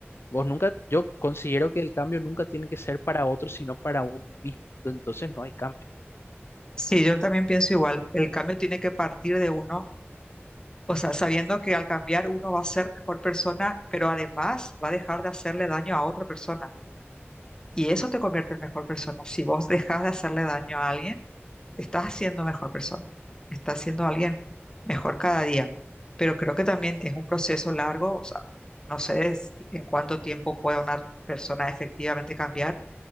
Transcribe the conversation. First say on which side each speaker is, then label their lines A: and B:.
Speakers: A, on the left (about 65°); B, on the left (about 20°).
A: vos nunca, yo considero que el cambio nunca tiene que ser para otro, sino para uno mismo. Entonces no hay cambio.
B: Sí, yo también pienso igual. El cambio tiene que partir de uno, o sea, sabiendo que al cambiar uno va a ser mejor persona, pero además va a dejar de hacerle daño a otra persona. Y eso te convierte en mejor persona. Si vos dejas de hacerle daño a alguien, te estás haciendo mejor persona. Estás siendo alguien mejor cada día. Pero creo que también es un proceso largo. O sea, no sé es- en cuánto tiempo pueda una persona efectivamente cambiar,